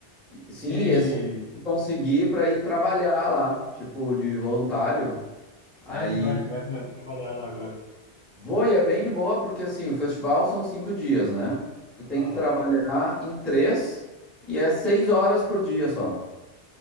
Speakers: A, in the centre; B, on the left (about 55°).
A: Sim,
B: é. E.
A: e esse ano eu consegui para ir trabalhar lá, tipo, de voluntário. Aí
B: aí você vai, você vai tra- trabalhar lá agora.
A: vou e é bem de boa, porque assim, o festival são cinco dias, né? Tu tem
B: Aham,
A: que trabalhar em três e é seis horas por dia só.